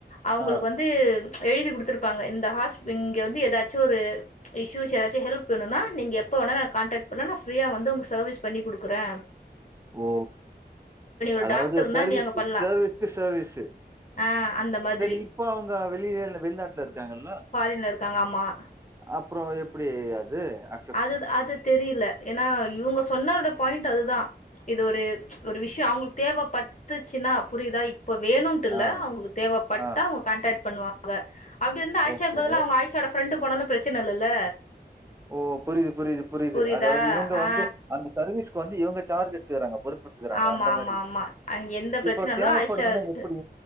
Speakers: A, on the left (about 45°); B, on the right (about 15°).
A: அவுங்களுக்கு
B: ஆ
A: வந்து எழுதி குடுத்திருப்பாங்க இந்த ஹாஸ்ப் இங்க வந்து எதாச்சு ஒரு இஸ்யூஸ் எதாச்சி ஹெல்ப் வேணுனா நீங்க எப்ப வேணாலு என்ன காண்டாக்ட் பண்லா நா ஃப்ரியா வந்து உங்க சவீஸ் பண்ணி குடுக்குறே.
B: ஓ
A: ஒரு
B: அதாவது
A: டாக்டர்னா
B: சர்வீஸ்க்கு
A: நீ அங்க பண்ணலாம்
B: செவீஸ்க்கு செவீஸு.
A: ஆ அந்த மாதிரி
B: செரி இப்ப அவுங்க வெளிய இல்ல வெளிநாட்ல இருக்காங்கல்ல.
A: ஃபாரின்ல இருக்காங்க ஆமா
B: அப்றோ எப்டி அது அ
A: அதுத் அது தெரில ஏனா இவுங்க சொன்னோட பாயிண்ட் அதுதா. இது ஒரு ஒரு விஷ்யோ அவுங்குளுக் தேவப்பட்டுச்சுன்னா புரிதா இப்ப வேணுன் டுல்ல
B: ஆ,
A: அவுங்குளுக் தேவப்பட்டா
B: ஆ.
A: அவுங்க கான்டாக்ட் பண்ணுவாங்க அப்டி இருந்தா ஆய்ஷாக்
B: ஓகே.
A: பதிலா அவுங்க ஆய்ஸ் சோட ஃப்ரெண்டு போனாலு பிரச்சன இல்லல்ல.
B: ஓ புரிது புரிது புரிது
A: புரியுதா
B: அதாவது இவுங்க
A: ஆ
B: வந்து அந்த சர்வீஸ்க்கு வந்து இவுங்க சார்ஜ் எடுத்துகிறாங்க பொறுப்பு த்துகறாங்க
A: ஆமா
B: அந்த
A: ஆமா
B: மாரி
A: ஆமா அங்க எந்த பிரச்சன
B: இப்ப
A: இல்ல
B: தேவப்படுதுன்னா
A: ஆயிஷா
B: எப்பிடி?